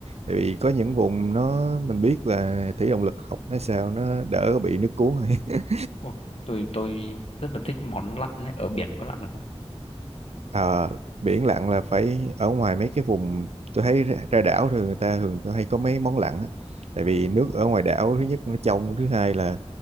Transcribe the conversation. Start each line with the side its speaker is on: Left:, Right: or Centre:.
Right: Tại vì có những vùng nó mình biết là thủy động lực học nó sao nó đỡ bị nước cuốn rồi. <laughs>
Left: ôi tôi tôi rất là thích món lặn ấy. ở biển có lặn được không
Right: Ờ, biển lặn là phải ở ngoài mấy cái vùng tôi thấy ra, ra đảo thì người ta thường có- hay có mấy món lặn á. Tại vì nước ở ngoài đảo thứ nhất nó trong, thứ hai là